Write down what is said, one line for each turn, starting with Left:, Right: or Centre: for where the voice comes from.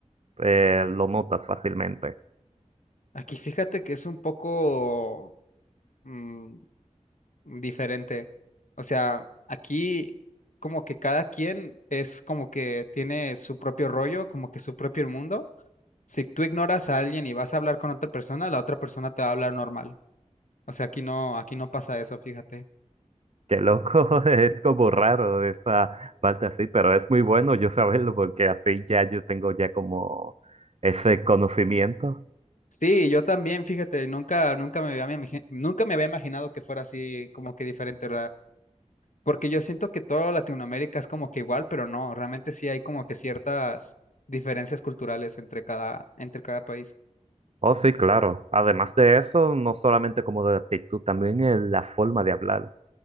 Right: eh, lo notas fácilmente.
Left: Aquí fíjate que es un poco mm, diferente. O sea, aquí como que cada quien es como que tiene su propio rollo, como que su propio mundo. Si tú ignoras a alguien y vas a hablar con otra persona, la otra persona te va a hablar normal. O sea, aquí no, aquí no pasa eso, fíjate.
Right: Qué loco, <laughs> es como raro esa parte así, pero es muy bueno yo saberlo porque así ya yo tengo ya como ese conocimiento.
Left: Sí, yo también, fíjate, nunca, nunca me había, imagi- nunca me había imaginado que fuera así como que diferente. Porque yo siento que toda Latinoamérica es como que igual, pero no, realmente sí hay como que ciertas diferencias culturales entre cada, entre cada país.
Right: Oh, sí, claro. Además de eso, no solamente como de actitud, también en la forma de hablar.